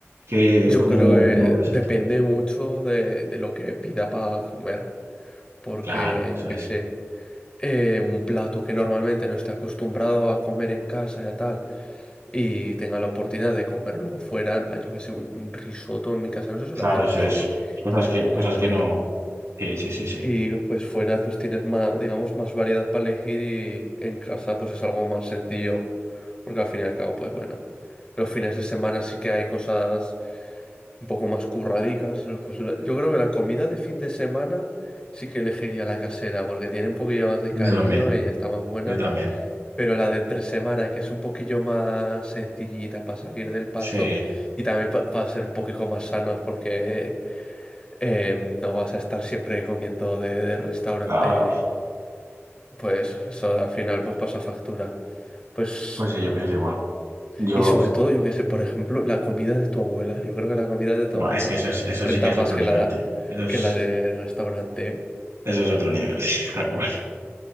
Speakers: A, on the right; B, on the left.
A: que,
B: Yo
A: ¿cómo,
B: creo que
A: cómo lo ves
B: depende
A: esto?
B: mucho de, de lo que pida para comer. porque
A: Claro, eso
B: yo qué
A: es.
B: sé, eh, un plato que normalmente no esté acostumbrado a comer en casa y tal, y tenga la oportunidad de comerlo fuera, en plan, yo qué sé, un, un risotto, en mi casa no se suele
A: Claro,
B: hacer
A: eso
B: risotto,
A: es. Cosas
B: y está
A: que,
B: muy
A: cosas
B: bueno.
A: que no. Sí, sí, sí, sí.
B: Y pues fuera pues tienes más, digamos, más variedad para elegir y en casa pues es algo más sencillo, porque al fin y al cabo, pues bueno, los fines de semana sí que hay cosas un poco más curradicas. Pues la- yo creo que la comida de fin de semana sí que elegiría la casera, porque tiene un poquillo más de
A: Yo
B: cariño
A: también,
B: y está más buena.
A: yo también.
B: Pero la de entre semana, que es un poquillo más sencillita para salir del paso
A: Sí,
B: y también para ser un poquito más sanos, porque eh, no vas a estar siempre comiendo de, de restaurante,
A: claro.
B: pues eso al final pues pasa factura. Pues
A: Pues sí, yo pienso igual. Yo,
B: Y sobre todo, yo qué sé, por ejemplo, la comida de tu abuela. Yo creo que la comida de tu abuela
A: Buah, es que eso, es- eso
B: renta
A: sí que es
B: más
A: otro
B: que
A: nivel,
B: la,
A: tío. Eso es,
B: que la de restaurante, ¿eh?
A: eso es otro nivel, <laughs> tal cual.